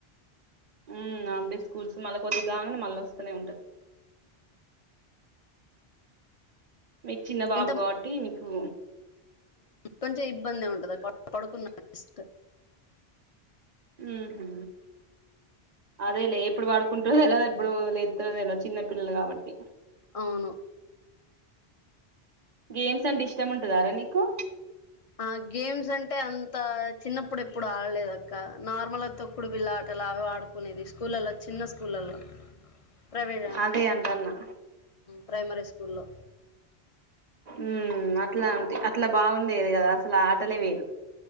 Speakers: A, on the right; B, on the left.
A: ఉమ్ హాఫ్డే స్కూల్స్ మళ్ళ కొద్దిగాంగనే మళ్ళోస్తనే ఉంటారు మీకు చిన్న బాబు
B: ఎంత
A: కాబట్టి మీకు
B: కొంచెం ఇబ్బంది ఉండదు పడు పడుకున్నాడు జస్ట్
A: ఉహు అదేలే ఎప్పుడు పడుకుంటడో ఎలా ఎప్పుడు లేత్తరో తెల్వద్ చిన్న పిల్లలు కాబట్టి
B: అవును
A: గేమ్స్ అంటే ఇష్టం ఉంటదారా నీకు
B: ఆ గేమ్స్ అంటే అంత చిన్నప్పుడు ఎప్పుడు ఆడలేదక్క నార్మల్గా తొక్కుడు బిల్లా ఆటలాగా ఆడుకునేది స్కూళ్ళలో చిన్న స్కూళ్ళల్లో ప్రైవే
A: అదే అంటన్నా
B: ప్రైమరీ స్కూల్లో
A: ఉ అట్లా అంటే అట్లా బాగుండేది కదా అసలు ఆటలే వేరు